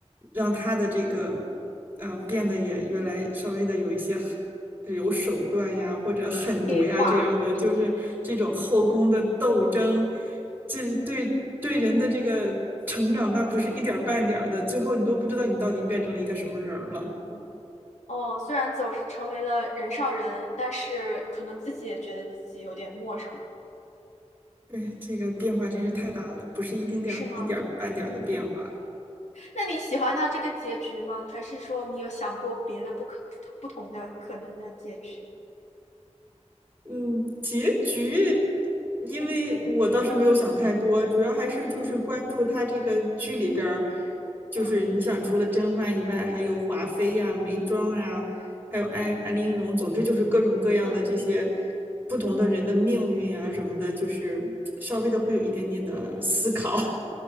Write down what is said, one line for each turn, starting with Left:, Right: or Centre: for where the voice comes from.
Right: 让她的这个
Left: 嗯，
Right: 嗯、呃变得也越来稍微的有一些狠有手段呀，或者狠毒呀这样的，
Left: 黑化了，
Right: 就是这种后宫的斗争，
Left: 嗯。
Right: 这对对人的这个成长，那不是一点半点儿的，最后你都不知道你到底变成了一个什么人了。
Left: 嗯哦，虽然走是成为了人上人，但是可能自己也觉得自己有点陌生了。
Right: 对，这个变化真是太大了，
Left: 嗯，
Right: 不是一丁点儿、
Left: 是吗？
Right: 一点儿半点儿的变化。
Left: 嗯，那你喜欢他这个结局吗？还是说你有想过别的不可不同不同的可能的结局？
Right: 嗯，结局，因为我倒是没有想太多，
Left: 嗯
Right: 主要还是就是关注他这个剧里边儿，
Left: 嗯
Right: 就是你想除了甄嬛以外，
Left: 嗯
Right: 还有华妃呀、眉庄啊，还有安安陵容，总之就是各种各样的这些
Left: 嗯，
Right: 不同的人的命运啊什么的，就是稍微的会有一点点的思考。